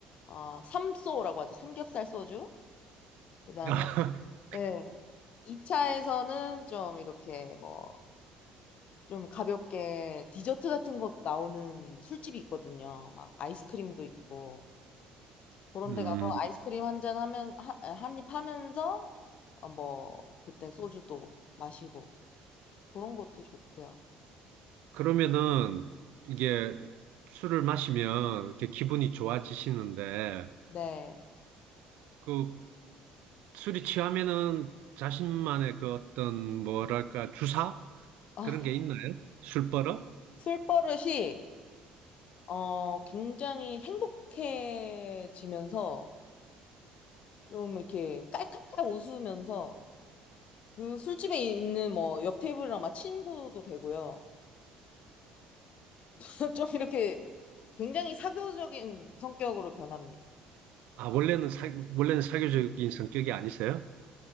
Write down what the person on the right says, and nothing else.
<laughs>
음,
그러면은 이게 술을 마시면 이렇게 기분이 좋아지시는데
그 술이 취하면은 자신만의 그 어떤 뭐랄까 주사
그런 게 있나요? 술버릇?
아, 원래는 사, 원래는 사교적인 성격이 아니세요?